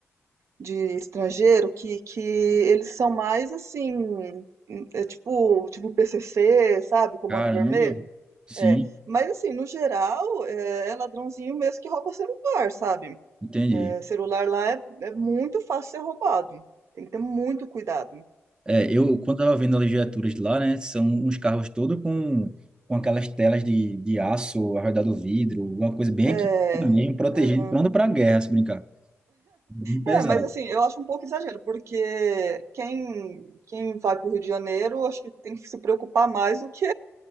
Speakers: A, on the right; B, on the right.
A: de estrangeiro que, que eles são mais assim, hum, é tipo, tipo PCC, sabe? Comando
B: Caramba,
A: Vermelho.
B: sim,
A: É, mas assim, no geral, é, é ladrãozinho mesmo que rouba celular, sabe?
B: entendi.
A: É, celular lá é, é muito fácil ser roubado. Tem que ter muito cuidado.
B: É, eu, quando estava vendo as legiaturas de lá, né, são uns carros todos com, com aquelas telas de, de aço ao redor do vidro, uma coisa bem
A: É,
B: equipada mesmo, protegido
A: aham.
B: pronto
A: <laughs>
B: para a guerra, se brincar. Bem pesado.
A: É, mas assim, eu acho um pouco exagero, porque quem, quem vai pro Rio de Janeiro, acho que tem que se preocupar mais do que